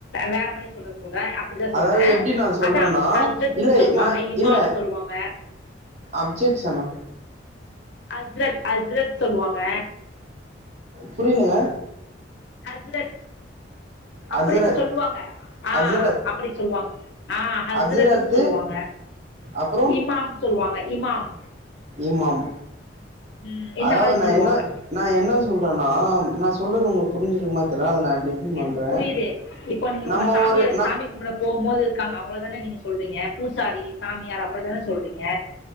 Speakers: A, on the left (about 70°); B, on the right (about 40°).
A: வேற மாதிரி சொல்றது போ அப்டிதா சொல்றே
B: அதாவது எப்டி நா சொல்றேன்னா
A: அதா ஹச்ரத்னு
B: இல்ல
A: சொல்லுவாங்க
B: நா
A: இமாம்
B: இல்ல
A: சொல்லுவாங்க
B: அப்ஜெக்ஷனா
A: ஹச்ரத் ஹச்ரத் சொல்லுவாங்க
B: புரியலங்க
A: இல்ல அப்படின்னு
B: அசரத்
A: சொல்லுவாங்க ஆ
B: அசரத்
A: அப்பிடி சொல்லுவாங்க ஆ அப்பிடி சொல்லுவாங்க ஆ ஹஜ்ரத்ன்னு
B: அசரத்து
A: சொல்லுவாங்க
B: அப்புறோ
A: இமாம் சொல்லுவாங்க இமாம்
B: இமாம்
A: ம், இந்த
B: அதாது
A: மாதிரி
B: நா
A: சொல்லுவாங்க
B: என்ன நா என்ன ச்சி உண்டான்னாம் நா சொல்றது உங்களுக்கு புரிஞ்சிருக்குமா தெரியல அத நா டிஃபன்
A: எனக்கு
B: பண்றே
A: புரியுது இப்போ நீங்க
B: நம்ம
A: உங்க சாமியா
B: ஒரு நா
A: சாமி கும்பிட போம் போது இருக்காங்க அவங்களதான நீங்க சொல்றீங்க பூசாரி சாமியார் அப்புறதான சொல்றீங்க